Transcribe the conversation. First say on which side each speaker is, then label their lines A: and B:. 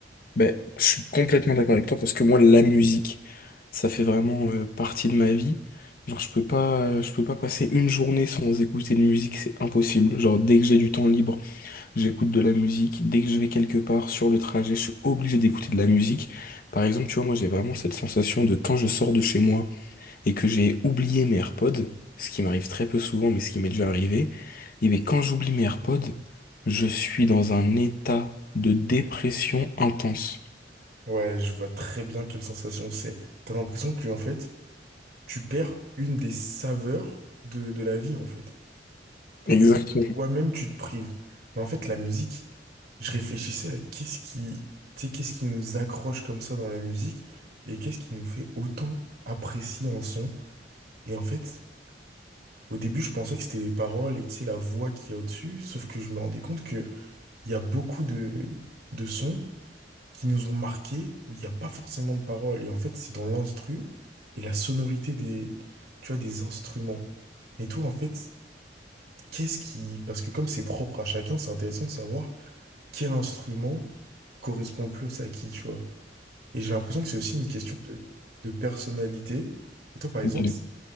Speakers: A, on the left (about 50°); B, on the right (about 60°).
A: Ben, je suis complètement d'accord avec toi parce que moi la musique ça fait vraiment euh, partie de ma vie. Genre je peux pas euh, je peux pas passer une journée sans écouter de musique, c'est impossible. Genre dès que j'ai du temps libre, j'écoute de la musique, dès que je vais quelque part sur le trajet, je suis obligé d'écouter de la musique. Par exemple, tu vois, moi j'ai vraiment cette sensation de quand je sors de chez moi et que j'ai oublié mes AirPods, ce qui m'arrive très peu souvent, mais ce qui m'est déjà arrivé, et bien quand j'oublie mes AirPods, je suis dans un état de dépression intense.
B: Ouais, je vois très bien quelle sensation c'est. T'as l'impression que, en fait, tu perds une des saveurs de, de la vie, en fait. T'as
A: Exactement.
B: l'impression que toi-même, tu te prives. Mais en fait, la musique, je réfléchissais à qu'est-ce qui, tu sais, qu'est-ce qui nous accroche comme ça dans la musique et qu'est-ce qui nous fait autant apprécier un son. Et en fait, au début, je pensais que c'était les paroles et tu sais, la voix qu'il y a au-dessus, sauf que je me rendais compte qu'il y a beaucoup de, de sons qui nous ont marqués où il n'y a pas forcément de paroles. Et en fait, c'est dans l'instru et la sonorité des, tu vois, des instruments. Mais toi, en fait, Qu'est-ce qui... Parce que comme c'est propre à chacun, c'est intéressant de savoir quel instrument correspond le plus à qui, tu vois. Et j'ai l'impression que c'est aussi une question de, de personnalité. Et toi, par exemple,
A: Ok.
B: c'est-